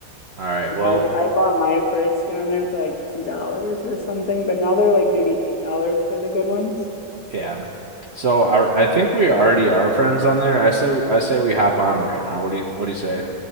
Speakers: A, on the right; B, on the left.
A: All right.
B: Like
A: Well,
B: I, I bought my first skin on there for like two dollars or something, but now they're like maybe eight dollars for the good ones.
A: Yeah. So our, I think we already are friends on there. I say we I say we hop on right now. What do you what do you say?